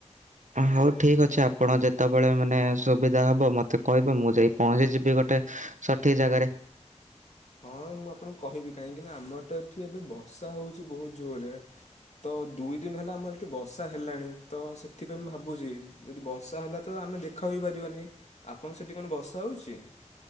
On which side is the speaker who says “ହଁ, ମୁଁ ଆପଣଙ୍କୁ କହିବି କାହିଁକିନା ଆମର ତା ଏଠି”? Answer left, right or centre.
Left